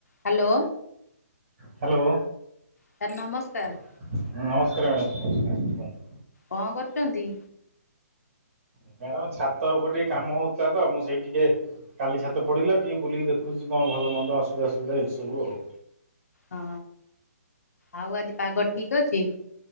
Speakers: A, on the left; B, on the right.
A: Hello
B: hello.
A: Sir ନମସ୍କାର।
B: ଉଁ ନମସ୍କାର ମ୍ୟାଡ଼ ନମସ୍କାରକୁହନ୍ତୁ।
A: କଣ କରୁଚନ୍ତି।
B: ମ୍ୟାଡ଼ାମ ଛାତ ଉପରେ ଟିକେ କାମ ହୋଉଥିଲା ତ ମୁଁ ସେଇ ଟିକେ କାଲି ଛାତ ପଡ଼ିଲା ଟିକେ ବୁଲିକି ଦେଖୁଚି କଣ ଭଲ ମନ୍ଦ ଅସବିଧା ସୁବିଧା ଏଇସବୁ ଆଉ।
A: ହଁ ଆଉ ଆଜି ପାଗ ଠିକ୍ ଅଛି।